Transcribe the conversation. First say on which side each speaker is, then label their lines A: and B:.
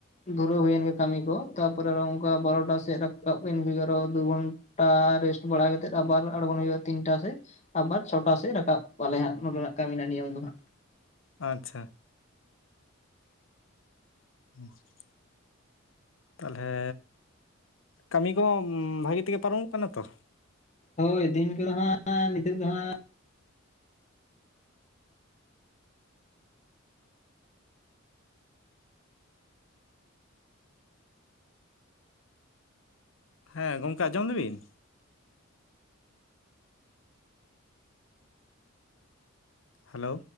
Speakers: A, on the left; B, on the left.
A: ᱫᱷᱩᱨᱟᱹᱣ ᱦᱩᱭᱮᱱ ᱜᱮ ᱠᱟᱹᱢᱤ ᱠᱚ ᱛᱟᱯᱚᱨᱮ ᱚᱱᱠᱟ ᱵᱟᱨᱚᱴᱟ ᱥᱮᱫ ᱨᱟᱠᱟᱵ ᱮᱱᱜᱮ ᱟᱨᱚ ᱫᱩ ᱜᱷᱚᱱᱴᱟ ᱟ ᱨᱮᱥᱴ ᱵᱟᱲᱟ ᱠᱟᱛᱮ ᱟᱵᱟᱨ ᱟᱬᱜᱳ ᱦᱩᱭᱩᱜᱼᱟ ᱛᱤᱱᱴᱟ ᱥᱮᱫ ᱟᱵᱟᱨ ᱪᱷᱚᱴᱟ ᱥᱮᱫ <inaudible> ᱟᱞᱮ ᱦᱟᱸᱜ ᱱᱚᱰᱮᱱᱟᱜ ᱠᱟᱹᱢᱤ ᱨᱮᱱᱟᱜ ᱱᱤᱭᱚᱢ ᱫᱚ ᱦᱟᱸᱜ
B: ᱟᱪᱪᱷᱟ᱾ <inaudible> ᱛᱟᱞᱦᱮ ᱠᱟᱹᱢᱤ ᱠᱚ ᱵᱷᱟᱜᱤ ᱛᱮᱜᱮ ᱯᱟᱨᱚᱢᱚᱜ ᱠᱟᱱᱟ ᱛᱚ?
A: ᱦᱳᱭ ᱫᱤᱱ ᱠᱚᱫᱚ ᱦᱟᱸᱜ ᱱᱤᱛᱚᱜ ᱫᱚ ᱦᱟᱸᱜ
B: ᱦᱮᱸ ᱜᱚᱝᱠᱮ ᱟᱸᱡᱚᱢ ᱫᱟᱵᱤᱱ? ᱦᱮᱞᱳ